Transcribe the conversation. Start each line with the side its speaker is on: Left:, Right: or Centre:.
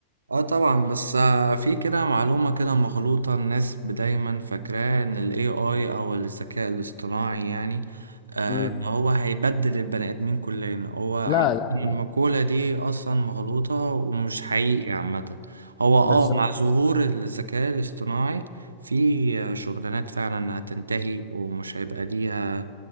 Right: اه طبعا بس آه، في كده معلومة كده مغلوطة الناس دايما فاكراه ان ال AI او الذكاء الاصطناعي يعني آه،
Left: مم.
Right: ان هو هيبدل البني ادمين كلنا هو
Left: لا
Right: عم
Left: لا
Right: المقولة
Left: لا
Right: دي اصلا مغلوطة ومش حقيقي عامة هو اه
Left: بالظبط
Right: مع ظهور الذكاء الاصطناعي في آه، شغلانات فعلا هتنتهي ومش هيبقى ليها